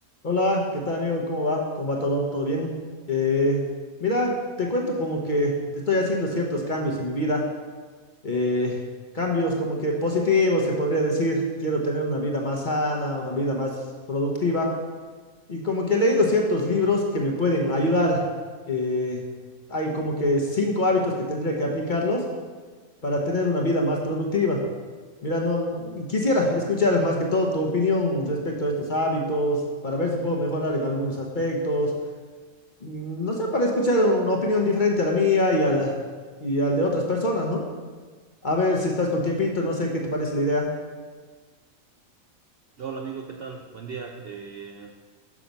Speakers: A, on the left; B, on the right.
A: Hola, ¿qué tal amigo? ¿Cómo va? ¿Cómo va todo? ¿Todo bien? Eh, mira, te cuento como que estoy haciendo ciertos cambios en mi vida, eh, cambios como que positivos, se podría decir. Quiero tener una vida más sana, una vida más productiva y como que he leído ciertos libros que me pueden ayudar. Eh, hay como que cinco hábitos que tendría que aplicarlos para tener una vida más productiva. Mira, no quisiera escuchar más que todo tu opinión respecto a estos hábitos, para ver si puedo mejorar en algunos aspectos. Mm, No sé, para escuchar una opinión diferente a la mía y al, y al de otras personas, ¿no? A ver si estás con tiempito, no sé qué te parece la idea.
B: Hola amigo, ¿qué tal? Buen día. Eh,